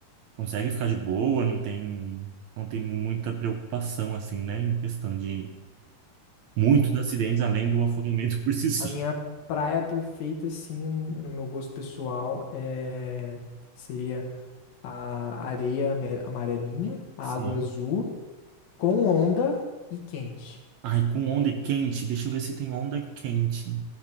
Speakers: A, on the right; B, on the left.
A: consegue ficar de boa, não tem não tem muita preocupação assim, né, em questão de muitos
B: uhum.
A: acidentes além do afogamento por si só.
B: A minha praia perfeita, assim, no meu gosto pessoal, é... seria a areia ame- amarelinha, a
A: Sim.
B: água azul, com onda e quente.
A: Ai, com onda quente, deixa eu ver se tem onda quente.